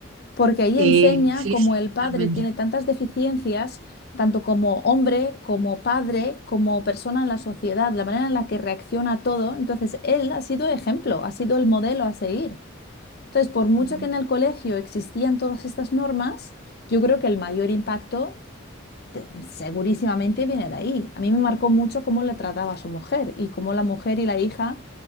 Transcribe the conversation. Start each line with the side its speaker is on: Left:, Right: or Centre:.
Left: porque ahí
Right: Sí,
Left: enseña
Right: sí,
Left: cómo
Right: sí,
Left: el padre
Right: totalmente.
Left: tiene tantas deficiencias, tanto como hombre, como padre, como persona en la sociedad, la manera en la que reacciona a todo. Entonces, él ha sido ejemplo, ha sido el modelo a seguir. Entonces, por mucho
Right: Ujú.
Left: que en el colegio existían todas estas normas, yo creo que el mayor impacto te- segurísimamente viene de ahí. A mí me marcó mucho cómo le trataba a su mujer y cómo la mujer y la hija